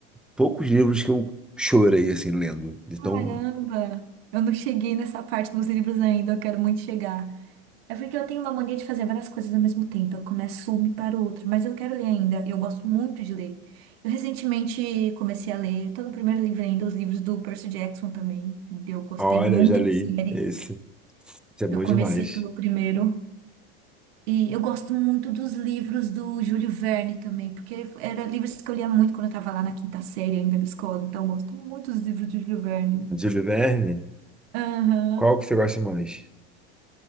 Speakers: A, in the centre; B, on the right (about 75°).
A: poucos livros que eu chorei, assim, lendo. Então,
B: Caramba, eu não cheguei nessa parte nos livros ainda, eu quero muito chegar. É porque eu tenho uma mania de fazer várias coisas ao mesmo tempo. Eu começo uma e paro outra, mas eu quero ler ainda. Eu gosto muito de ler. Eu recentemente comecei a ler, todo o primeiro livro ainda, os livros do Percy Jackson também. Eu gostei
A: olha,
B: muito
A: eu já li
B: da série.
A: esse. Isso é bom
B: Eu comecei
A: demais.
B: pelo primeiro. E eu gosto muito dos livros do Júlio Verne também, porque eram livros que eu lia muito quando eu estava lá na quinta série ainda na escola. Então eu gosto muito dos livros do Júlio Verne.
A: Júlio Verne,
B: Aham.
A: qual que você gosta mais?